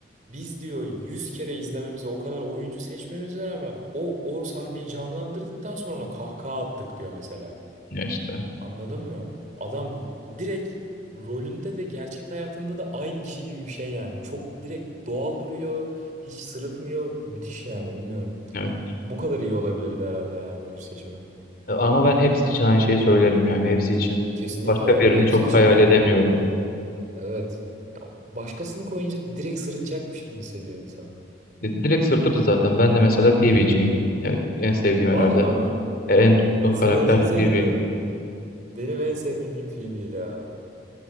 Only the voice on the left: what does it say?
Ya işte.
Evet.
E, Ama ben hepsi için aynı şeyi söylerim yani hepsi için.
Başka birini
çok
hayal
edemiyorum.
E, Direkt sırtırdı zaten. Ben de mesela Phoebe'ciyim. Yani en sevdiğim
herhalde.
E, En tuttuğum karakter
Phoebe.